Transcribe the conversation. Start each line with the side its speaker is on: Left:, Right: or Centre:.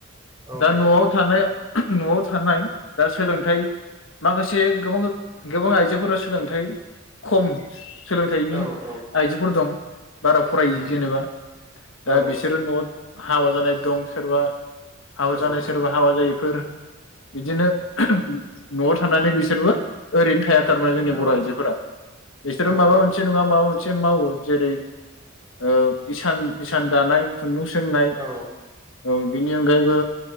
Right: औ
Left: दा
Right: हायो
Left: नआव थानो नआव थानाय दा सोलोंथाइ माखासे गोबां गोबां आइजोफोरा सोलोंथाइ खम सोलोंथाइनि
Right: औ औ
Left: आइजोफोर दं। बारा फरायि
Right: उम
Left: जेनेबा दा
Right: औ
Left: बिसोरो नआव हाबा जानाय दं। सोरबा हाबा
Right: औ
Left: जानाय सोरबा हाबा जायै फोर बिदिनो नआव थानानै बिसोरबो ओरैनो थाया। गारबाय जोंनि
Right: औ
Left: बर आइजोफोरा बिसोरो
Right: औ
Left: माबा
Right: औ
Left: मोनसे नङा माबा मोनसे मावो जेरै ओ इसान इसान दानाय। खुन्दुं सोंनाय
Right: औ
Left: औ बेनि अनगायैबो